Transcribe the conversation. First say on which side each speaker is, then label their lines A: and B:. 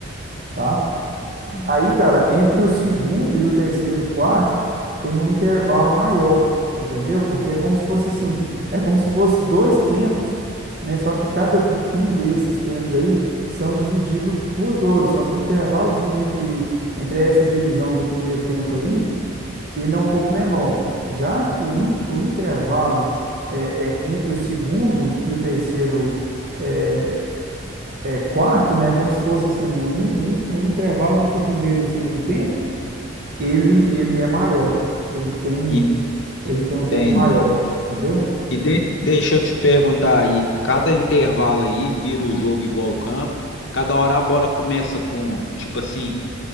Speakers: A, on the right; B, on the left.
A: tá?
B: Entendi.
A: Aí, cara, entre o segundo e o terceiro quarto tem um intervalo maior, entendeu? Porque é como se fosse assim, é como se fosse dois tempos, né? Só que cada um desses tempos aí são divididos por dois. Só que o intervalozinho entre, entre essa divisão do primeiro tempo aí, ele é um pouco menor. Já o,
B: Hum.
A: in- o intervalo é, é, entre o segundo e o terceiro é, é, quarto, né? É Como se fosse assim, um, in- um, in- um intervalo entre o primeiro e o segundo tempo ele ele é maior. Ele tem
B: En-
A: ele tem
B: Entendi.
A: um tempo maior, entendeu?
B: E de- deixa eu te perguntar aí, cada intervalo aí vira o jogo igual ao campo, cada hora a bola começa com, tipo assim,